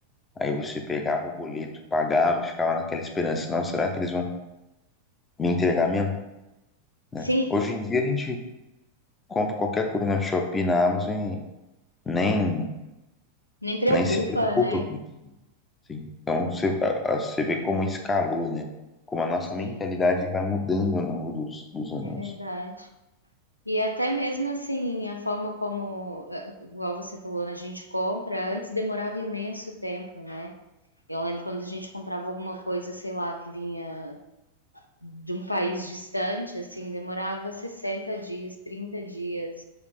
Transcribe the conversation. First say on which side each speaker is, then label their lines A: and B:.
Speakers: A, on the left; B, on the left.
A: Aí você pegava o boleto, pagava, ficava naquela esperança, não, será que eles vão me entregar mesmo, né?
B: Sim,
A: Hoje em dia a gente compra qualquer coisa na Shopee, na Amazon e nem,
B: nem preocupa,
A: nem se preocupa
B: né?
A: com isso. assim. Então você, a- a- você vê como escalou, né? Como a nossa
B: Sim,
A: mentalidade vai mudando ao longo dos, dos anos.
B: é verdade. E até mesmo assim, a forma como, eh, igual você falou, né, a gente compra, antes demorava imenso tempo, né? Eu lembro quando a gente comprava alguma coisa, sei lá, que vinha de um país distante, assim, demorava 60 dias, 30 dias.